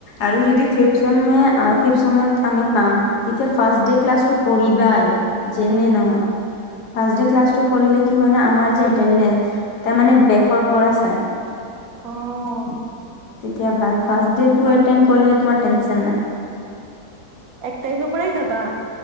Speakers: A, on the left; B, on the right.
A: আৰু যদি ফিফ্ট চেমেয়ে ফিফ্ট চেমত। পাম তেতিয়া ফাৰ্ষ্ট ডে ক্লাছটো কৰিবাই, যেনে
B: উম
A: নহয়। ফাৰ্ষ্ট ডে ক্লাছটো কৰিলে কি হয় না, আমাৰ যে এটেণ্ডেন। তাৰমানে বেকৰ পৰা চায়।
B: অহ।
A: ফাৰ্ষ্ট ডে-টো এটেণ্ড কৰিলে তোমাৰ টেনচন নাই।
B: এক তাৰিখৰ পৰাই যাবা।